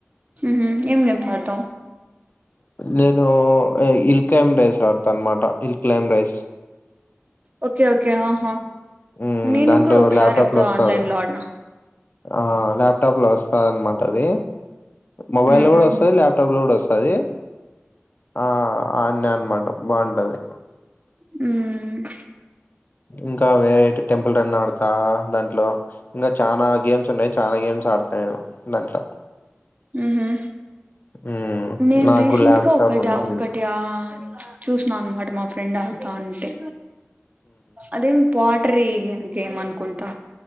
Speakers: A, on the right; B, on the left.
A: మ్ హ్ ఏం గేమ్స్ ఆడ్తవ్
B: నేను ఇల్ క్లైమ్బ్ రైస్ ఆడ్తా అన్మాట ఇల్ క్లైబ్ రైస్
A: ఓకే ఓకే ఆహా
B: ఉమ్,
A: నేను
B: దాంట్లో
A: కూడా ఒక్సార్
B: ల్యాప్టాప్
A: ఎప్పుడో
B: లో వస్తది
A: ఆన్లైన్లో ఆడినా
B: ఆ లాప్టాప్లో వస్తాదన్మాట అది మొబైల్
A: మ్మ్
B: కూడా వస్తది లాప్టాప్లో కూడా వస్ స్తది ఆ ఆన్నే అన్మాట బాగుంటది.
A: మ్
B: ఇంకా వేరేటి టెంపుల్ రన్ ఆడ్ తా దాంట్లో ఇంకా చానా గేమ్స్ ఉన్నయి చానా గేమ్స్ ఆడ్త నేను దాంట్లో
A: మ్ హ్
B: మ్మ్
A: నేన్
B: నాకు
A: రీసెంట్గ
B: ల్యాప్టాప్
A: ఒకట
B: ఉంది మ్మ్
A: ఒకటి ఆ చూసిన అన్మాట మా ఫ్రెండ్ ఆడు తాంటే అదేం పాటరీ గేమ్ అన్కుంటా